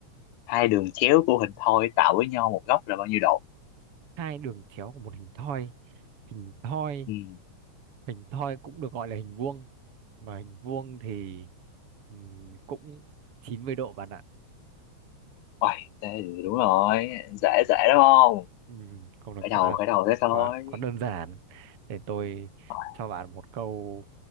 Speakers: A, on the left (about 85°); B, on the right (about 50°).
A: hai đường chéo của hình thoi tạo với nhau một góc là bao nhiêu độ
B: hai đường chéo của một hình thoi hình thoi
A: ừ.
B: hình thoi cũng được gọi là hình vuông mà hình vuông thì ừ, cũng 90 độ bạn ạ
A: Uầy, thế thì đúng rồi dễ dễ đúng không
B: ừ, không được
A: khởi
B: quá
A: đầu khởi đầu thế thôi
B: quá quá đơn giản để tôi
A: Rồi,
B: cho bạn một câu